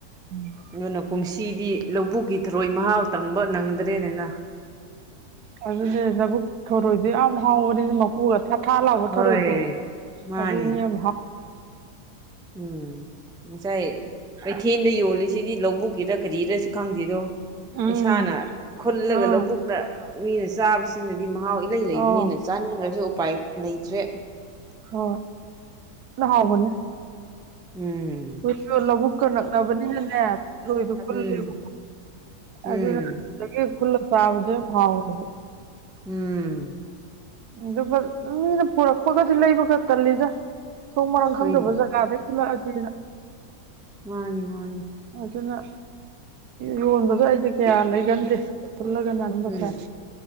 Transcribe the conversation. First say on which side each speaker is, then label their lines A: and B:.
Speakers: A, on the right (about 75°); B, in the centre.
A: ꯎꯝ
B: ꯑꯗꯨꯅ ꯀꯨꯝꯁꯤꯗꯤ ꯂꯧꯕꯨꯛꯀꯤ ꯊꯔꯣꯏ ꯃꯍꯥꯎ ꯇꯪꯕ ꯅꯪꯗ꯭ꯔꯦꯅꯤꯅ
A: ꯑꯗꯨꯅꯦ ꯂꯕꯨꯛ ꯊꯣꯔꯣꯏꯗꯤꯦ ꯌꯥꯝ ꯍꯥꯎꯕꯅꯤꯅ ꯎꯒ ꯊꯥ ꯊꯥ ꯂꯥꯎꯕ
B: ꯍꯣꯏ
A: ꯊꯔꯣꯏꯗꯣ
B: ꯃꯥꯅꯤ
A: ꯑꯗꯨꯅꯤ ꯌꯥꯝ ꯍꯥꯎ
B: ꯎꯝ ꯃꯁꯥꯏ ꯀꯩꯊꯦꯜꯗ ꯌꯣꯜꯂꯤꯁꯤꯗꯤ ꯂꯧꯕꯨꯛꯀꯤꯔ ꯀꯔꯤꯔꯥꯁꯨ ꯈꯪꯗꯦꯗꯣ
A: ꯎꯝ
B: ꯏꯁꯥꯅ ꯈꯨꯜꯂꯒ
A: ꯑꯥ
B: ꯂꯧꯕꯨꯛꯅ ꯃꯤꯅ ꯆꯥꯕꯁꯤꯅꯗꯤ ꯃꯍꯥꯎ ꯏꯂꯩ ꯂꯩꯕꯅꯤꯅ
A: ꯑꯧ
B: ꯆꯥꯅꯤꯡꯉꯁꯨ ꯎꯄꯥꯏ ꯂꯩꯇ꯭ꯔꯦ
A: ꯍ ꯍꯕꯅꯦ
B: ꯎꯝ
A: ꯑꯩꯈꯣꯏꯁꯨ ꯂꯧꯕꯨꯛꯀ ꯅꯛꯅꯕꯅꯦꯅꯅꯦ ꯐꯔꯣꯏꯗꯜꯂꯦꯕ
B: ꯎꯝ ꯎꯝ
A: ꯑꯖꯤ ꯐꯨꯂ ꯁꯥꯕꯖꯦ ꯐꯥꯎ ꯑꯣꯏꯔꯦ
B: ꯎꯝ
A: ꯑꯗꯨꯒ ꯃꯤꯅ ꯄꯨꯔꯛꯄꯒꯗꯤ ꯂꯩꯕꯒ ꯇꯜꯂꯤꯗ ꯊꯣꯡ ꯃꯔꯥꯡ
B: ꯍꯣꯏꯅꯦ
A: ꯈꯪꯗꯕ ꯖꯒꯥꯗꯩ ꯈꯨꯜꯂꯛꯑꯗꯤꯅ
B: ꯃꯥꯅꯤ ꯃꯥꯅꯤ
A: ꯑꯗꯨꯅ ꯌꯣꯟꯕꯗꯣ ꯑꯩꯗꯤ ꯀꯌꯥ ꯐꯒꯟꯗꯦ ꯐꯜꯒꯟ ꯑꯟꯕꯁ
B: ꯎꯝ